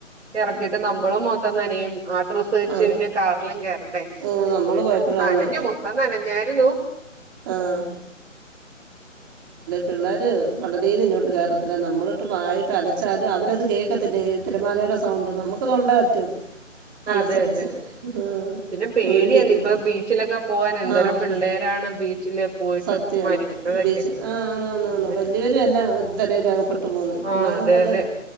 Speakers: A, on the right; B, on the right.
A: ഇറക്കിയിട്ട് നമ്മളും മൊത്ത് മൊത്തം നനെയും ആട്രസ് വച്ച്
B: ആ
A: പിന്നെ കാറിലും കേറെണ്ടേ
B: ഓ
A: അതുകൊണ്ട്
B: നമ്മള്
A: പിന്നെ
B: പോയപ്പഴും
A: നനഞ്ഞു
B: അങ്ങനെ
A: മൊത്തം നനഞ്ഞായിരുന്നു
B: ആ പിള്ളേർ കടലയിൽന്ന് ഇങ്ങോട്ട് കയറത്തില്ല നമ്മളിട്ട് വായിട്ട് അലച്ചാലും അവരത് കേൾക്കത്തില്ല ഈ തിരമാലയുടെ സൗണ്ട് നമുക്ക് തൊണ്ടേ പറ്റും അലച്ചലച്ച്
A: അതെ അതെ
B: ഉം
A: പിന്നെ പേടിയാണ്
B: ഒരു വിധത്തെ
A: ഇപ്പൊ ബീച്ചിലൊക്കെ പോവാൻ എന്തോരം
B: ആഹ്
A: പിള്ളേരാണ് ബീച്ചില് പോയിട്ട്
B: സത്യാണ്
A: മരിക്കണതൊക്കെ
B: ബീച്ച് ആഹ് ആന്ന് ആന്ന്
A: പിന്നെ
B: ആന്ന് വല്യ വര്ന്നെ ഇത് തിരയിൽ അതപ്പെട്ട് പോ
A: ആഹ്
B: പിള്ളേർക്കത്
A: അതെ അതെ